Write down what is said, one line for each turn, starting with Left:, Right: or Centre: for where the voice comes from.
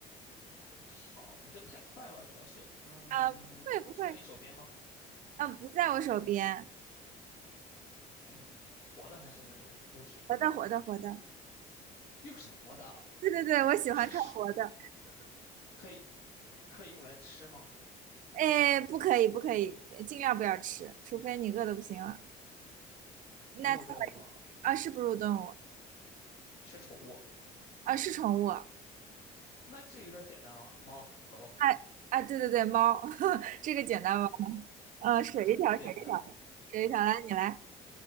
Left: 好，你这太快了，主要是，嗯，
Right: 啊、不会不会，
Left: 是在你手边吗？
Right: 嗯，不在我手边，
Left: 嗯，活的还是物体？
Right: 活的活的活的。
Left: 又是活的，
Right: 对对对，我喜欢看活的。
Left: 是食，可以可以用来吃吗？
Right: 哎，不可以不可以，尽量不要吃，除非你饿的不行了。那最后啊，
Left: 哺乳动物吗？
Right: 是哺乳动物
Left: 是宠物？
Right: 啊，是宠物。
Left: 那这有点简单了，猫、狗。
Right: 哎啊，对对对，猫，<laughs> 这个简单吧？呃，水一条，
Left: 这个太简单了。
Right: 水一条，水一条，来你来。